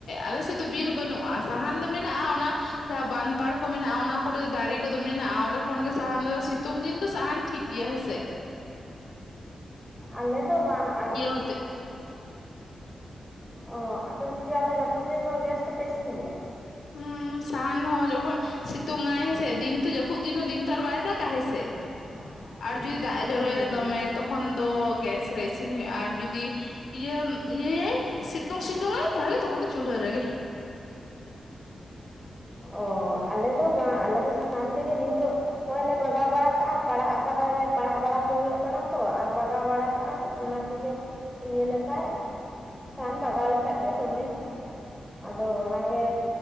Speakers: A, on the left (about 85°); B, in the centre.
A: ᱟᱞᱮᱥ ᱫᱚ ᱵᱤᱨ ᱵᱟᱹᱱᱩᱜᱼᱟ ᱥᱟᱦᱟᱱ ᱫᱚ ᱢᱮᱱᱟᱜᱼᱟ ᱚᱱᱟ ᱡᱟᱦᱟᱸ ᱵᱟᱸᱫᱷ ᱯᱟᱲ ᱠᱚ ᱢᱮᱱᱟᱜᱼᱟ ᱚᱱᱟ ᱠᱚᱨᱮ ᱫᱟᱨᱮ ᱠᱚᱫᱚ ᱢᱮᱱᱟᱜᱼᱟ ᱚᱸᱰᱮ ᱠᱷᱚᱱ ᱜᱮ ᱥᱟᱦᱟᱱ ᱫᱚ ᱥᱤᱛᱩᱝ ᱫᱤᱱ ᱫᱚ ᱥᱟᱦᱟᱱ ᱴᱷᱤᱠ ᱜᱮᱭᱟ ᱦᱮᱸ ᱥᱮ
B: ᱟᱞᱮ ᱫᱚ ᱵᱟᱝ ᱟᱨ
A: ᱦᱩᱛᱮᱜ
B: ᱚ ᱟᱯᱮ ᱫᱚ ᱫᱤᱫᱤ ᱟᱞᱮ ᱟᱹᱯᱩᱫ ᱫᱤᱱ ᱫᱚ ᱜᱮᱥ ᱫᱮᱯᱮ ᱤᱥᱤᱱ ᱜᱮᱭᱟ
A: ᱦᱩ ᱥᱟᱦᱟᱱ ᱦᱚᱸ ᱡᱚᱠᱷᱚᱱ ᱥᱤᱛᱩᱝ ᱟᱭ ᱦᱮᱥᱮ ᱫᱤᱱ ᱫᱚ ᱡᱟᱹᱯᱩᱫ ᱫᱤᱱ ᱦᱚᱸ ᱫᱤᱱ ᱛᱚ ᱟᱨ ᱵᱟᱭ ᱫᱟᱜᱟ ᱦᱮᱸᱥᱮ
B: <inaudible>
A: ᱟᱨ ᱡᱩᱫᱤ ᱫᱟᱜ ᱮ
B: ᱦᱩᱸ
A: ᱡᱚᱨᱚᱭᱮᱫᱟ
B: ᱦᱩᱸ
A: ᱫᱚᱢᱮ ᱛᱚᱠᱷᱚᱱ ᱫᱚ ᱜᱮᱥ ᱨᱮ ᱤᱥᱤᱱ ᱦᱩᱭᱩᱜᱼᱟ ᱟᱨ ᱡᱩᱫᱤ ᱤᱭᱟᱢ ᱤᱭᱟᱹᱭᱟᱭ ᱥᱤᱛᱩᱝ ᱥᱤᱛᱩᱝ ᱟᱭ ᱛᱟᱦᱚᱞᱮ ᱛᱚᱠᱷᱚᱱ ᱫᱚ ᱪᱩᱞᱦᱟᱹ ᱨᱮᱜᱮ
B: ᱚ ᱟᱞᱮ ᱫᱚ ᱵᱟᱝ ᱟᱞᱮ ᱫᱚ ᱥᱟᱦᱟᱱ ᱛᱮᱜᱮ ᱱᱤᱛᱚᱜ ᱱᱚᱜ ᱚᱭ ᱞᱮ ᱵᱟᱜᱟᱣ ᱵᱟᱲᱟ ᱠᱟᱜᱼᱟ ᱯᱟᱲᱟᱜ ᱠᱟᱫᱟᱞᱮ ᱯᱟᱲᱟᱜ ᱵᱟᱲᱟ ᱠᱚ ᱦᱩᱭᱩᱜ ᱠᱟᱱᱟ ᱛᱚ ᱟᱨ ᱵᱟᱜᱟᱣ ᱵᱟᱲᱟ ᱠᱟᱜᱼᱟ ᱚᱱᱟ ᱠᱚᱜᱮ ᱤᱭᱟᱹ ᱞᱮᱠᱷᱟᱡ ᱥᱟᱦᱟᱱ ᱵᱟᱜᱟᱣ ᱞᱮᱠᱷᱟᱡ ᱜᱮ ᱫᱚᱢᱮ ᱟᱫᱚ ᱚᱱᱟᱜᱮ